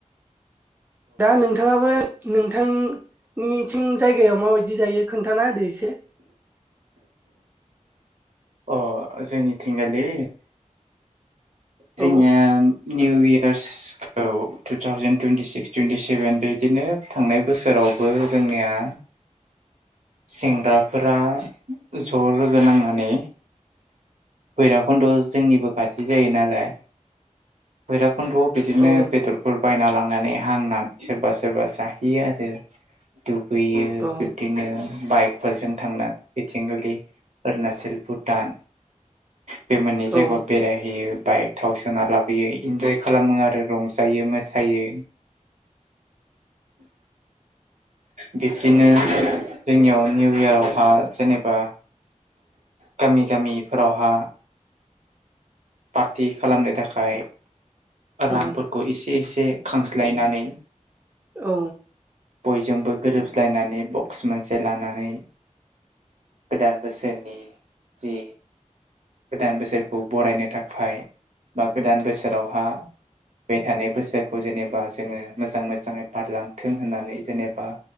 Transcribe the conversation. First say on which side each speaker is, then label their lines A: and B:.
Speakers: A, on the right; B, on the right.
A: दा नोंथाङाबो नोंथांनिथिं जायगायाव माबायदि जायो खोन्थाना होदो से
B: अ जोंनि थिंगालि जोंनिया
A: औ
B: निउ इयार्सखौ two thousand twenty six twenty seven बेदिनो थांनाय बोसोराव बो जोंनिया सेंग्राफोरा ज लोगो नांनानै भैराबाखन्द जोंनिबो खाथि जायो नालाय भैरब कन्ड' बिदिनो
A: औ
B: बेदरफोर बायना लां नानै हांनानै सोरबा सोरबा जाहोयो आरो दुगैयो
A: औ
B: बिब्दिनो बाइकफोरजों थांनानै बिथिंगुलि अरुणाचल भुटान बे मोननै
A: औ
B: जायगायाव बेरायहैयो । बाइक थाव सोना लाबोयो इन्जय खालामो आरो रंजायो मोसायो बिदिनो जोंनियाव निउ इयारावहा जेनेबा गामि गामिफोरावहा पार्टि खालामनो थाखाय रांफोरखौ
A: औ
B: एसे एसे खांज्लायनानै
A: औ।
B: बयजोंबो गोरोबलायनानै बक्स मोनसे लानानै गोदान बोसोरनि जि गोदान बोसोरखौ बरायनो थाखाय बा गोदान बोसोरावहा फैबाय थानाय बोसोरखौ जेनेबा जोङो मोजां मोजाङै बारलांथों होननानै जेनेबा